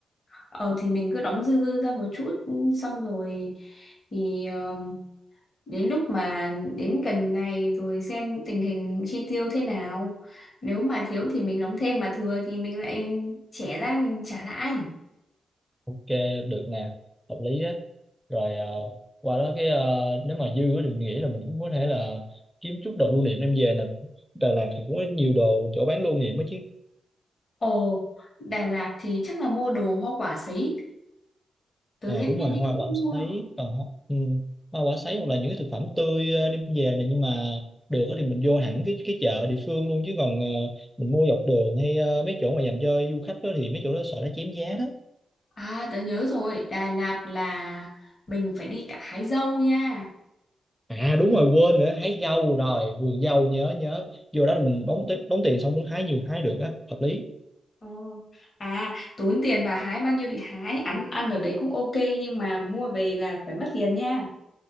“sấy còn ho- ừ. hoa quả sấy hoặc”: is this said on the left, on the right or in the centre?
Centre